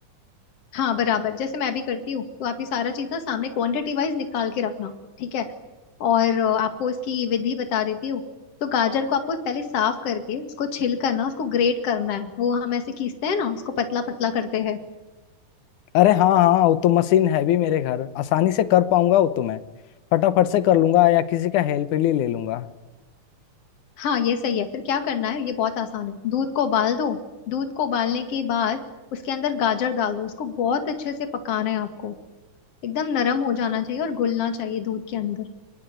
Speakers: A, on the left; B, on the left.
A: हाँ बराबर जैसे मैं भी करती हूँ तो आप ये सारा चीज ना सामने क्वांटिटी वाइज निकाल के रखना ठीक है और अ, आपको इसकी विधि बता देती हूँ तो गाजर को आपको पहले साफ करके उसको छिल करना उसको ग्रेट करना है वो हम ऐसे खींचते हैं ना उसको पतला पतला करते हैं
B: अरे हाँ हाँ वो तो मशीन है भी मेरे घर आसानी से कर पाऊंगा वो तो मैं फटाफट से कर लूंगा या किसी का हेल्प भी ले लूंगा
A: हाँ ये सही है फिर क्या करना है ये बहुत आसान है दूध को उबाल दो दूध को उबालने के बाद उसके अंदर गाजर डाल दो उसको बहुत अच्छे से पकाना है आपको एकदम नरम हो जाना चाहिए और घुलना चाहिए दूध के अंदर